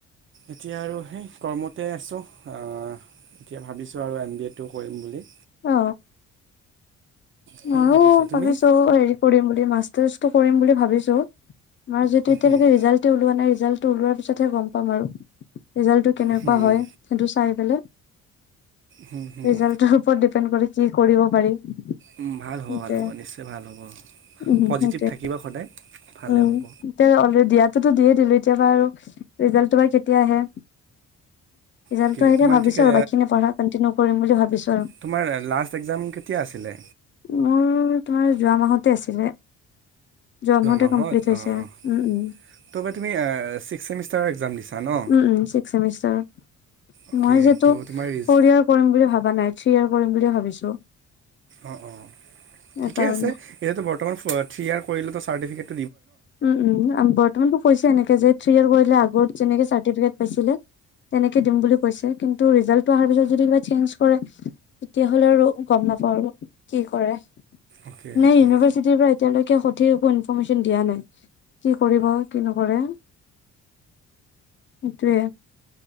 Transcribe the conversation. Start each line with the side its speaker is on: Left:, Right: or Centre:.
Right: এতিয়া আৰু সেই কৰ্মতে আছো। অহ এতিয়া ভাবিছো আৰু এম বি এ টো কৰিম বুলি।
Left: অ।
Right: সেয়ে
Left: ময়ো
Right: ভাবিছোঁ তুমি
Left: ভাবিছো হেৰি কৰিম বুলি, মাষ্টাৰছটো কৰিম বুলি। ভাবিছো। আমাৰ যে এতিয়ালৈকে
Right: উম,
Left: ৰিজাল্ট এ ওলোৱা নাই ৰিজাল্ট ত ওলোৱাৰ পিছতহে গম পাম আৰু। ৰিজাল্টটো কেনেকুৱা
Right: হুম,
Left: হয় সেইটো চাই পেলে
Right: হুম, হুম,
Left: ৰিজাল্টৰ ওপৰত ডিপেণ্ড কৰি কি কৰিব পাৰি
Right: উম, ভাল
Left: সেইটোৱে
Right: হ'ব, ভাল হ'ব, নিশ্চয় ভাল হ'ব।
Left: উম
Right: পজিটিভ
Left: সেইটোৱে
Right: থাকিবা। সদায় ভালে
Left: উম,
Right: হ'ব
Left: এতিয়া অলৰেডী দিয়াটোটো দিয়ে দিলি। কেতিয়াবা আৰু ৰিজালটো বা কেতিয়া আহে? ৰিজালটো
Right: অ'কে
Left: আহিলে
Right: তোমাৰ
Left: ভাবিছো
Right: ঠিকে
Left: আৰু বাকীখিনি পঢ়া কন্টিনিউ কৰিম বুলি ভাবিছো আৰু।
Right: তোমাৰ লাষ্ট এক্সাম কেতিয়া আছিলে
Left: মোৰ তোমাৰ যোৱা মাহতে আছিলে। যোৱা মাহতে
Right: মাহত
Left: কমপ্লিট হৈছে।
Right: অঁ
Left: উম, উম।
Right: ত' বা তুমি ছিক্স ছেমিষ্টাৰৰ এক্সাম দিছা ন
Left: উম, উম। ছিক্স ছেমিষ্টাৰৰ।
Right: অ'কে
Left: মই যিহেতু
Right: ত' তোমাৰ ৰিজ
Left: ফৌৰ ইয়ৰ কৰিম বুলি ভাবা নাই। শ্বেয়াৰ কৰিম বুলি ভাবিছো।
Right: অ, অ।
Left: সেইকাৰণে
Right: ঠিকে আছে এতিয়াটো বৰ্তমান থ্ৰীয়াৰ কৰিলেটো চাৰ্টফিকেট
Left: উম, উম। বৰ্তমান টো কৈছে এনেকে যে থ্ৰী ক্লেয়াৰ কৰিলে আগত যেনেকৈ চাৰ্টিফিকেট পাইছিলে তেনেকে দিম বুলি কৈছে। কিন্তু টো ৰিজাল্টটো অহাৰ পিছত যদি কিবা চেঞ্জ কৰে, তেতিয়া হ'লে আৰু গম নাপাওঁ আৰু কি কৰে।
Right: অ'কে
Left: নাই,
Right: অ'কে
Left: ইউনিভাৰ্চিটি পৰা এতিয়ালৈ এতিয়া সঠিক একো ইনফৰমেশ্যন দিয়া নাই। কি কৰিব, কি নকৰে। এইটোয়ে।